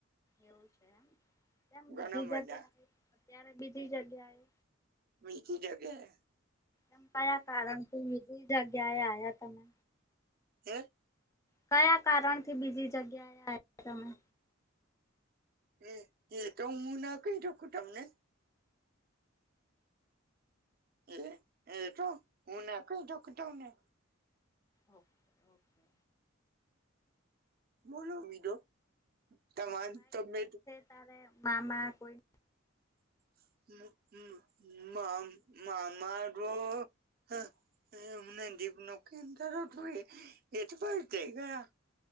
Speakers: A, on the left; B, on the right.
A: એવું છે એમ એમ બીજી
B: ઘણા
A: જગ્યા
B: બધા
A: આવી અત્યારે બીજી જગ્યા એ
B: બીજી જગ્યા.
A: એમ કયા કારણ કે બીજી જગ્યા એ આ્યા તમે.
B: જે
A: કયા કારણથી બીજી જગ્યાએ તમે.
B: એ એતો મુ કૈ તો ખતોઓને એ એ તો હના કો દઃખતાને.
A: Okay okay.
B: બોલો બીજો તમામ તમે
A: ત્યારે મા મા કોઈ.
B: મારો <unintelligible>